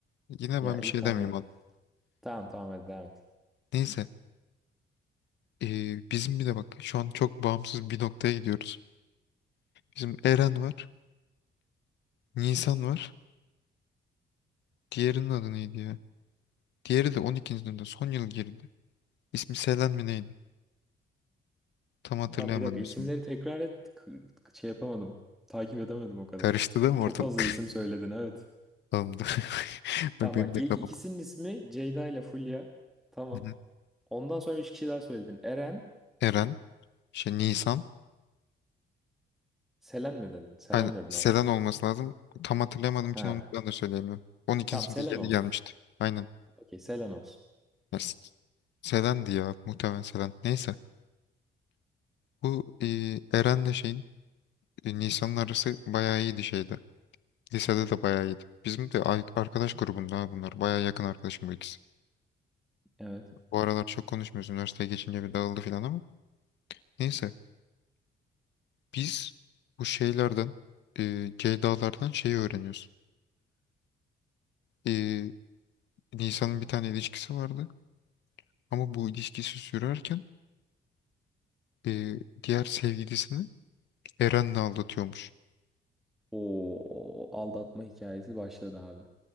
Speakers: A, on the left (about 75°); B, in the centre.
A: Yine
B: Ya
A: ben
B: iyi
A: bir şey
B: tamam
A: demeyeyim.
B: hadi.
A: ona.
B: Tamam tamam hadi devam et.
A: Neyse. ee, bizim bir de bak şu an çok bağımsız bir noktaya gidiyoruz. Bizim Eren var. Nisan var. Diğerinin adı neydi ya? Diğeri de 12.'sinde son yıl girdi. İsmi Selen mi neydi? Tam hatırlayamadım
B: Tamam bir dakika isimleri
A: ismini.
B: tekrar et. K- k- şey yapamadım. Takip edemedim o kadar.
A: Karıştı değil mi
B: Çok
A: ortalık?
B: fazla isim söyledin evet.
A: <laughs> Tamamdı. <laughs>
B: Tamam
A: Bak benim
B: bak
A: de
B: ilk
A: kafam.
B: ikisinin ismi Ceyda ile Fulya. Tamam.
A: Hı hı.
B: Ondan sonra üç kişi daha söyledin. Eren.
A: Eren, şey Nisan.
B: Selen mi dedin? Selen
A: Aynen
B: dedin
A: Selen
B: herhalde.
A: olması lazım. Tam hatırlayamadığım için
B: Ha.
A: onu ben de söyleyemiyorum. 12.
B: Tamam
A: sınıfta
B: Selen
A: yeni
B: olsun.
A: gelmişti. Aynen.
B: Okey Selen olsun.
A: Ya, S- Selen'di ya muhtemelen Selen. Neyse. Bu e, Eren'le şeyin e, Nisan'ın arası bayağı iyiydi şeyde. Lisede de bayağı iyiydi. Bizim de ay- arkadaş grubunda ha bunlar. Bayağı yakın arkadaşım bu ikisi.
B: Evet.
A: Bu aralar çok konuşmuyoruz. Üniversiteye geçince bir dağıldı falan ama. Neyse. Biz bu şeylerden, e, Ceyda'lardan şeyi öğreniyoruz. E, Nisan'ın bir tane ilişkisi vardı. Ama bu ilişkisi sürerken e, diğer sevgilisini Eren'le aldatıyormuş.
B: O aldatma hikayesi başladı abi.